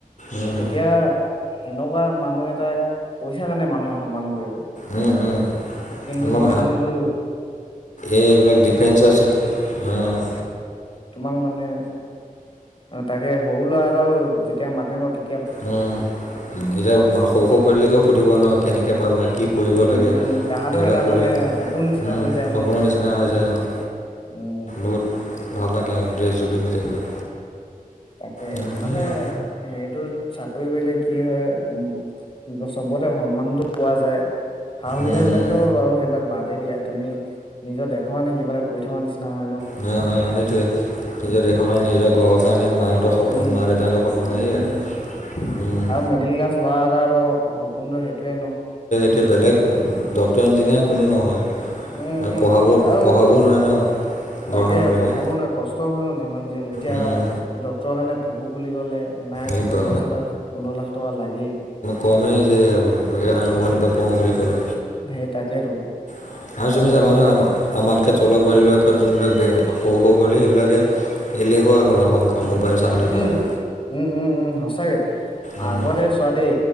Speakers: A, on the left; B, on the left.
A: উম,
B: এতিয়া সেনেকুৱা মান মানুহে এটাক পইচা কাৰণে মানুহে সন্মান কৰিব।
A: উম, উম।
B: কিন্তু
A: আমাৰ
B: তুমি যোন যোৰ
A: এইবিলাক ডিফেন্সৰ আছিল অ'।
B: তোমাক মানে তাকে সৰু ল'ৰা এটাও যেতিয়া মাতে ন তেতি
A: উম, এতিয়া সৰু সৰু পোৱালিবিলাকেও সুধিব ন কেনেকৈ পালা কি কৰিব
B: উম
A: লাগে
B: তাহাঁতৰ
A: সেইবিলাক
B: এটা
A: কৰে।
B: মানে সপোন নিচিনা
A: উম
B: হৈ যায়
A: সপোনৰ
B: ন
A: নিচিনা হৈ যায় অ'।
B: উম
A: বহুত ভাল লাগে আৰু ড্ৰেছ যোৰ পিন্ধি থাকিলে।
B: তাকে
A: উম,
B: মানে
A: সেয়াই।
B: সেইটো চাকৰি কৰিলে কি হয় উম চবতে সন্মানতটো পোৱা যায়। সা সুবিধাবিলাকতো
A: উম, উম।
B: বাৰু সেইবিলাক বাদেই দিয়া। তুমি নিজৰ দেশৰ কাৰণে কিবা এটা কৰি থকা নিচিনা হয় ন
A: অ', অ', সেইটোয়ে নিজৰ দেশৰ কাৰণে নিজৰ ঘৰৰ কাৰণে ম নিজৰ সপোন
B: উম
A: মা দেউতাহঁতৰ সপোন
B: উম
A: সেইয়ায়ে।
B: উম
A: উম
B: মিডিল ক্লাছ ল'ৰা আৰু সপোনটো সেইটোয়ে ন।
A: এতিয়া বেলেগ ডক্টৰ ইঞ্জিনিয়াৰ কোনো নহয়।
B: উম,
A: আৰু
B: উম
A: পঢ়াব
B: আৰু
A: পঢ়াবও নোৱাৰে ন ঘৰৰ
B: তাকে
A: মানুহবিলাকে
B: পঢ়াব নোৱাৰে কষ্ট হয় ন যিমান বুজিলো। এতিয়া
A: উম
B: ডক্টৰৰ কাৰণে পঢ়ো বুলি ক'লে নাই
A: এই
B: কমেও
A: বা
B: দহ লাখ পোন্ধৰ লাখ টকা লাগেই।
A: কমেই হৈছে আপোনোৰ আৰম্ভণিৰ পৰা পঢ়োঁ বুলি ক'লে।
B: সেই তাকেতো।
A: <inaudible>
B: আৰু
A: আমাতকৈ তলৰ পোৱালিবিলাক যোনবিলাক বে সৰু সৰু পোৱালি সেইবিলাকে এলেহুৱা হ'ল মোবাইল চাওঁতে
B: উম
A: চাওঁতে।
B: উম, উম, উম, সচাকে।
A: উম
B: আগতে চোৱা দেই